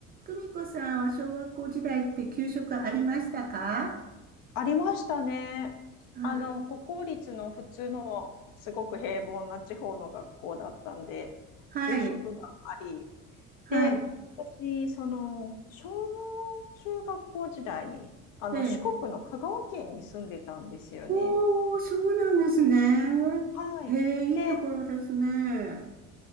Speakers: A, on the right (about 25°); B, on the left (about 50°).
A: とみこさんは小学校時代って給食ありましたか
B: ありましたね。
A: はい。
B: あの、国公立の普通のすごく平凡な地方の学校だったんで、
A: はい。
B: 給食があり。
A: はい。
B: で、私、その、小中学校時代に、あの、
A: ええ。
B: 四国の香川県に住んでたんですよね。
A: おー、そうなんですね。
B: はい。
A: へえ、いいところですね。
B: で、